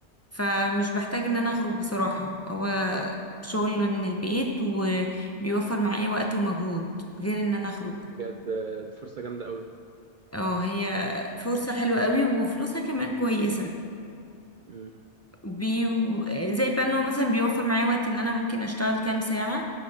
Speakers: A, on the left; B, on the right.
A: فمش بحتاج ان انا اخرج بصراحة هو شغل من البيت وبيوفر معايا وقت ومجهود غير ان انا اخرج
B: بجد آه، دي فرصة جامدة قوي
A: اه هي فرصة حلوة قوي وفلوسها كمان كويسة
B: مم.
A: بي زي بقى ان هو مثلا بيوفر معايا وقت ان انا ممكن اشتغل كام ساعة